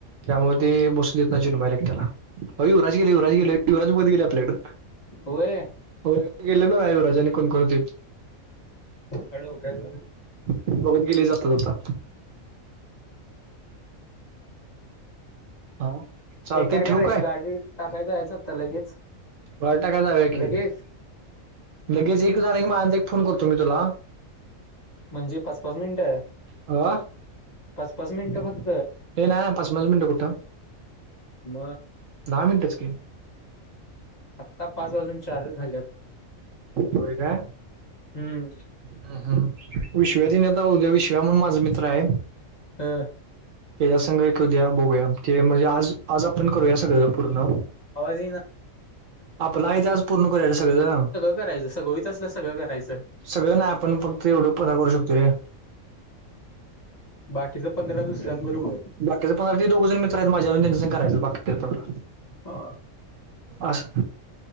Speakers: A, on the right; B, on the left.
A: त्यामुळे ते बसून देत ना चिन <unintelligible> बाय त्याला. अई युवराज गेलं, युवराज गेलं. युवराज बघत गेलंय आपल्याकडं.
B: होय.
A: होय गेले ना आयुवराजानी कोण कोण होती.
B: हळु काय झालेय.
A: बघत गेली जाता जाता. हा चालते
B: ये काय करायचं
A: ठेवू
B: गाडी टाकायचं यायचं आता लगेच.
A: बॉल टाकाय जावूया
B: लगेच
A: की, लगेच एक झालं की मग आणि नंतर एक फोन करतो मी तुला.
B: म्हणजे पाच पाच मिनटं आहे
A: अ
B: पाच पाच मिनटं फक्
A: ते नाय ना पाच पाच मिनिटं कुठं
B: मग
A: दहा मिनिटच की
B: आत्ता पाच वाजून चारच झाल्यात.
A: होय का?
B: हम्म
A: हम्म हम्म. विश्व्या तेनी आता ऊद्या विश्व्या म्हणून माझा मित्र आहे.
B: हा.
A: तेज्या संग ही कधी या बघूया ते म्हणजे आज आज आपण करूया सगळं पूर्ण.
B: आवाज येईना.
A: आपला इतिहास पूर्ण करायच्या सगळं.
B: करायचं सगोइत असलं सगळं करायचं.
A: सगळं नाही आपण फक्त एवढं परा करू शकतो रे.
B: बाकीचा पंधरा दुसऱ्यांबरोबर.
A: बाकीचे पंधरा ती दोघं जण मित्र आहेत माझ्या <unintelligible> करायच बाकीचे पंधरा.
B: आ
A: अस